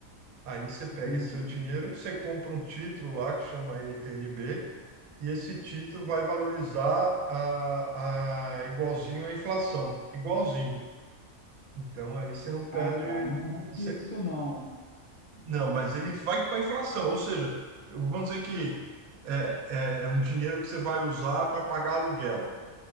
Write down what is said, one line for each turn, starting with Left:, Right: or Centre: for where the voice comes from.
Right: Aí você pega
Left: Entendi.
Right: esse seu dinheiro, você compra um título lá que chama NTNB, e esse título vai valorizar a, a igualzinho à inflação, igualzinho. Então aí você não perde,
Left: Ah, tá. Não é
Right: você,
Left: fixo, não.
Right: não, mas ele vai com a inflação, ou seja, eu- vamos dizer que é, é é um dinheiro que você vai usar para pagar aluguel.